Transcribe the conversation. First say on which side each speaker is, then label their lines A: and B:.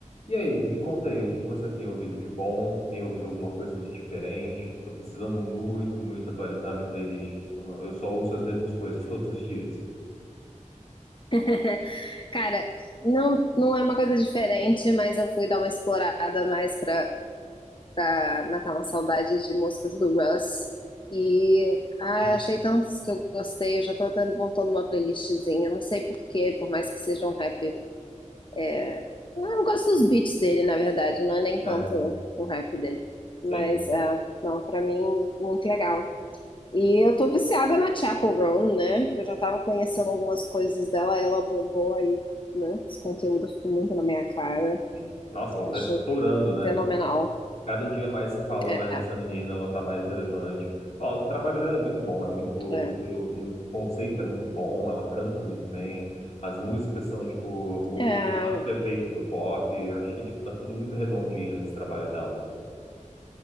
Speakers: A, on the left; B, on the left.
A: E aí, me conta aí, o que que você tem ouvido de bom? Tem ouvido alguma coisa de diferente? Tô precisando muito, muito atualizar minha playlist. Eu, não- eu só ouço as mesmas coisas todos os dias.
B: <laughs> Cara, não, não é uma coisa diferente, mas eu fui dar uma explorada mais pra, pra matar uma saudade de músicas do Russ. E ah,
A: Uhum.
B: achei tantos que eu gostei, eu já tô até montando uma playlistzinha. Não sei por quê, por mais que seja um rap. É... Eu gosto dos beats dele, na verdade, não é nem
A: É,
B: tanto o rap dele. Mas,
A: sim,
B: ah, não, pra mim, muito legal. E eu tô viciada na Chapel Roan, né? Que eu já tava conhecendo algumas coisas dela, ela bombou aí, né? Esse conteúdo ficou muito na minha cara.
A: sim. Nossa, ela
B: Acho
A: tá estourando, né?
B: fenomenal.
A: Cada dia mais se fala
B: É,
A: mais dessa menina, ela tá mais relevante. Ó, o trabalho dela é muito bom, é muito, bo-
B: é.
A: muito, muito, o conceito é muito bom, ela canta muito bem, as músicas são, tipo, o,
B: É,
A: o formato perfeito pro pop. Eu acho que, tipo, tá tudo muito redondinho nesse trabalho dela.